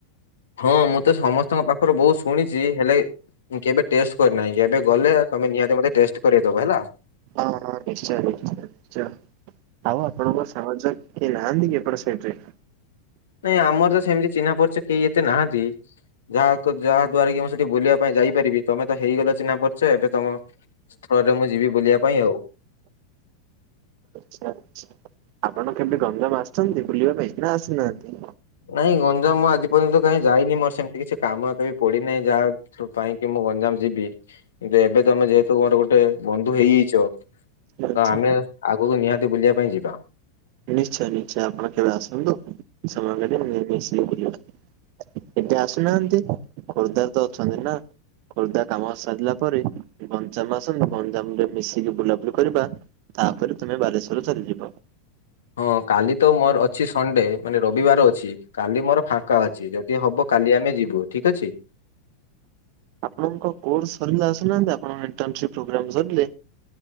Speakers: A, on the left; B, on the right.
A: ହଁ ମୁଁ ତ ସମସ୍ତଙ୍କ ପାଖରୁ ବହୁତ୍ ଶୁଣିଛି ହେଲେ। ମୁଁ କେବେ ଟେଷ୍ଟେ କରିନାହିଁ ଏବେ ଗଲେ ତମେ ନିହାତି ମୋତେ ଟେଷ୍ଟ କରାଇଦବ ହେଲା?
B: ହଁ ହଁ ନିଶ୍ଚୟ ଦେଖି ନିଶ୍ଚୟ ଆଉ ଆପଣଙ୍କ ସାଙ୍ଗ ଝିଅ କିଏ ନାହାଁନ୍ତି କି ଏପଟ ସାଇଟ୍ରିରେ?
A: ନାଇଁ ଆମର ସେମ୍ତି ଚିନ୍ହା ପରିଚୟ କେଇ ଏତେ ନାହାଁନ୍ତି। ଯାହାକୁ ଯାହା ଦ୍ଵାରା କି ମୁଁ ସେଠି ବୁଲିବା ପାଇଁ ଯାଇପାରିବି ତମେ ତ ହେଇଗଲ ଚିହ୍ନା ପରିଚ ଏବେ ତମ ସ୍ଥରେ ମୁଁ ଯିବି ବୁଲିବା ପାଇଁ ଆଉ।
B: ଚ୍ଛା ଚ୍ଛା। ଆପଣ କେବେ ଗଙ୍ଗାମ ଆସ୍ଛନ୍ତି ବୁଲିବା ପାଇଁ ନାଁ ଆସିନାହାଁନ୍ତି?
A: ନାଇଁ ଗଙ୍ଗାମ ଆଜି ପର୍ଯ୍ୟନ୍ତ କାଇଁ ଯାଇନି ମୋର ସେମିତି କିଛି କାମ ଏତେ ବି ପଡ଼ିନାଇଁ ଯାହା ଥ୍ରୁ ପାଇଁକି ମୁଁ ଗଞ୍ଜାମ ଯିବି ବେ ଏବେତ ଆମେ ଯେହେତୁ ମୋର ଗୋଟେ ବନ୍ଧୁ ହେଇହେଇଚ
B: ଆଚ୍ଛା
A: ତ ଆମେ ଆଗକୁ ନିହାତି ବୁଲିବା ପାଇଁ ଯିବା।
B: ନିଶ୍ଚୟ ନିଶ୍ଚୟ ଆପଣ କେବେ ଆସନ୍ତୁ ସମୟ କରି ମିଶିକି ବୁଲିବା। ଏବେ ଆସୁନାହାନ୍ତି ଖୋର୍ଦ୍ଧାରେ ତ ଅଛନ୍ତି ନା। ଖୋର୍ଦ୍ଧା କାମ ସରିଲା ପରେ ଗଞ୍ଜାମ ଆସନ୍ତୁ ଗଞ୍ଜାମରେ ମିଶିକି ବୁଲାବୁଲି କରିବା। ତାପରେ ତମେ ବାଲେଶ୍ଵର ଚାଲିଯିବ।
A: ହଁ କାଲି ତ ମୋର ଅଛି ସଣ୍ଡେ ମାନେ ରବିବାର ଅଛି କାଲି ମୋର ଫାଙ୍କା ଅଛି ଯଦି ହବ କାଲି ଆମେ ଯିବୁ ଠିକ ଅଛି।
B: ଆପଣଙ୍କ କୋର୍ସ ସରିଲା ଆସୁନାହାନ୍ତି ଆପଣଙ୍କ ଇଣ୍ଟନସିପି ପ୍ରୋଗ୍ରାମ ସରିଲେ।